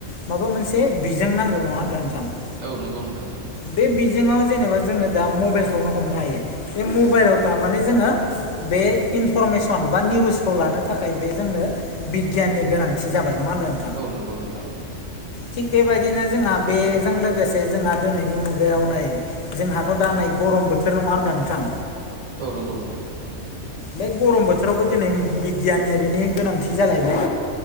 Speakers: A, on the left; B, on the right.
A: माबा मोनसे बिजों नांगौ नङा होनब्ला नोंथां <unintelligible>
B: औ नंगौ नोंथां
A: बे बिजोङाव जेनेबा जोङो दा मबाइलखौनो हमनो हायो बे मबाइलाव थाराने जोङो <unintelligible> बे इनफरमेसन बा निउसखौ लानो थाखाय बे जोंनो <unintelligible> बिगियाननि गोनांथि जाबाय नङा होमब्ला नोंथ
B: औ नंगौ नोंथां
A: थिग बेबायदिनो जोंहा बेजों लोगोसे जोंहा दोनैनि मुगायाव नै जोंहाथ' दा नै गरम बोथोर नङा होनोमब्ला नोंथां
B: औ नंगौ नोंथां
A: बे गरम बोथोरावबो दिनै बिगियानरिनि गोनांथि जालायबाय